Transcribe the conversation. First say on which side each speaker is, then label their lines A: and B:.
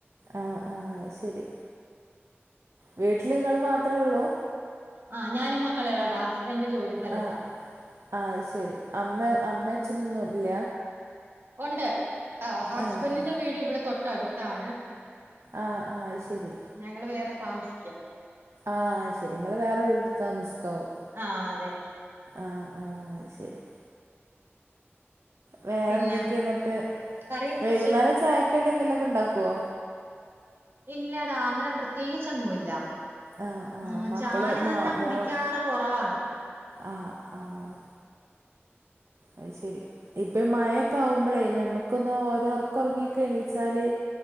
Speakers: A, on the right; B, on the right.
A: ആഹ് ആഹ് ശരി വീട്ട്ല് ങ്ങൾ മാത്രേ ള്ളൂ?
B: ആ ഞാനും മക്കളെളടാ ഹസ്ബന്ഡ് ജോലി. സ്ഥലത്താ
A: ആഹ് അഹ്ശരി അമ്മേ അമ്മേ ഛനൊന്നുംല്ല.
B: ഉണ്ട് ഹസ്ബൻ്റിന്റെ
A: ആഹ് ആഹ്
B: വീട് ഇവിടെ തൊട്ടടുത്താണ്.
A: ആഹ് ആഹ് അഹ് ശെരി.
B: ഞങ്ങള് വേറെ താമസിക്കാ.
A: ആഹ് അഹ്ശരി ങ്ങള് വേറെ വീട് ട് താമസിക്കാവും.
B: ആഹ് അതെ
A: ആഹ് ആഹ് അഹ്ശെരി. വേറെന്തെക്കെന്ന്ട്ട്
B: പിന്നെ കറി എന്ത്
A: വൈകുന്നേരം
B: വെച്ച്
A: ചായക്കടിന്തെലൊക്കെണ്ടാക്കൊ?
B: ഇല്ലടാ അങ്ങനെ പ്രത്യേകിച്ചൊന്നുല്ല.
A: ആഹ് ആഹ്
B: ഉം
A: മക്കള്
B: ചായതന്നെ
A: മോ
B: കുടിക്കാറ്
A: മോൾ
B: കൊറവാണ്.
A: ആഹ് ആഹ് അയ്ശെരി ഇപ്പേ മഴക്കാവുമ്പളേ ഞമ്മക്കൊന്ന് ഒരൊർക്കൊ ർങ്ങി ക്കെ എണീച്ചാല്.